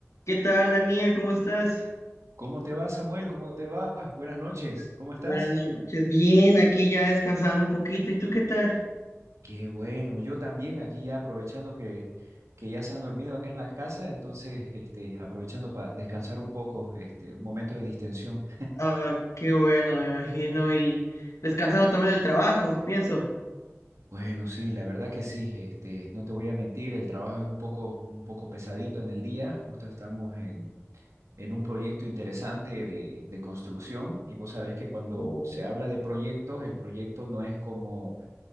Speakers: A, on the left (about 85°); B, on the right (about 75°).
A: ¿Qué tal, Daniel? ¿Cómo estás?
B: ¿Cómo te va, Samuel? ¿Cómo te va? Buenas noches. ¿Cómo estás?
A: Buenas noches. Bien, aquí ya descansando un poquito. ¿Y tú qué tal?
B: Qué bueno. Yo también aquí ya aprovechando que, que ya se han dormido acá en la casa, entonces este, aprovechando para descansar un poco, este, un momento de distensión.
A: Ah, qué bueno, me imagino. Y descansando también del trabajo, pienso.
B: Bueno, sí, la verdad que sí. Este, no te voy a mentir, el trabajo es un poco, un poco pesadito en el día. Justo estamos en, en un proyecto interesante de, de construcción y vos sabés que cuando
A: Oh,
B: se habla de proyectos, el proyecto no es como